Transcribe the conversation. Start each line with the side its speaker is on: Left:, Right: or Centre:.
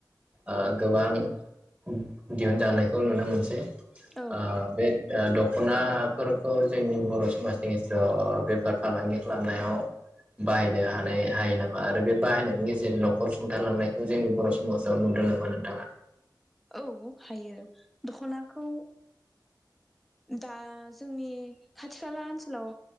Right: ओ गोबां उम दिहुनजानायखौ नुनो मोनसै
Centre: औ
Right: अ
Centre: नंगौ
Right: बे आ द दख'नाफोरखौ जोंनि बर' समाजनि गेजेराव बेफार फालांगि खालामनायाव बाहायनो हानाय हायो नामा आरो बे बाहायनायनि गेजेरजों न'खर सुंथालांनायखौ जोंनि बर' समाजाव नुदों नामा नोंथाङा?
Centre: औ हायो दख'नाखौ दा जोंनि खाथि खाला ओनसोलाव